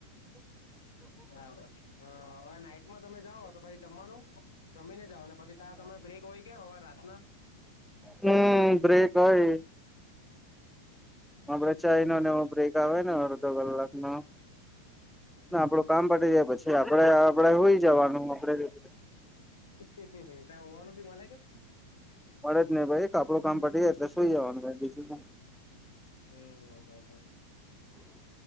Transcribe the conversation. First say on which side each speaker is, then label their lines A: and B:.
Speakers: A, on the left; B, in the centre.
A: બરાબર હવે નાઈટમાં તમે જાઓ તો પછી જમવાનું જમીને ઓ અને પછી ત્યાં તમે બ્રેકય કે હવા રા ના
B: હમ બ્રેક હોય ડ ચાઈ નને એ બ્રેક આવે ને અડધો કલાકનોો ના આપડું કામ પટી જાય પછી આપડે આપડે હોય જવાનું આપડે રી
A: ક <unintelligible>
B: પડે જ નહી ભાઈ આપડું કામ પડી જાય એટલે સુઈ જવાનું
A: હમ હમ હમ હમ.
B: <inaudible>